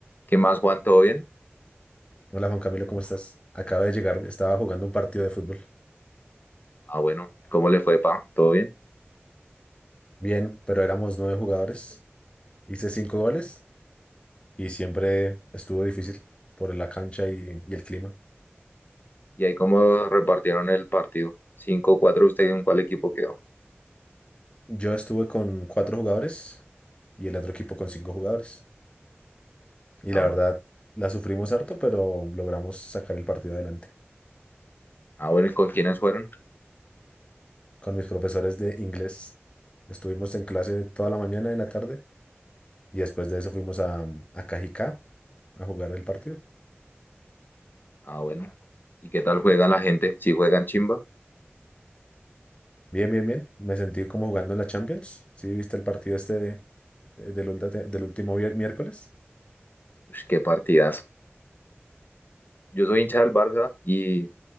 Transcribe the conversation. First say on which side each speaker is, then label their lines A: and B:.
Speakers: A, on the left; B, on the left.
A: ¿Qué más, Juan? ¿Todo bien?
B: Hola Juan Camilo, ¿cómo estás? Acabo de llegar, estaba jugando un partido de fútbol.
A: Ah, bueno, ¿cómo le fue, pa? ¿Todo bien?
B: Bien, pero éramos nueve jugadores, hice cinco goles y siempre estuvo difícil por la cancha y, y el clima.
A: ¿Y ahí cómo repartieron el partido? Cinco cuatro. usted en cuál equipo quedó?
B: Yo estuve con cuatro jugadores y el otro equipo con cinco jugadores. Y
A: Ah,
B: la verdad,
A: bueno.
B: la sufrimos harto, pero logramos sacar el partido adelante.
A: Ah, bueno, ¿y con quiénes fueron?
B: Con mis profesores de inglés, estuvimos en clase toda la mañana y en la tarde y después de eso fuimos a, a Cajicá a jugar el partido.
A: Ah, bueno. ¿Y qué tal juega la gente? ¿Si juegan chimba?
B: Bien, bien, bien. Me sentí como jugando en la Champions. ¿Sí viste el partido este eh, del, ulta- del último vier- miércoles?
A: Ush, qué partidazo. Yo soy hincha del Barça y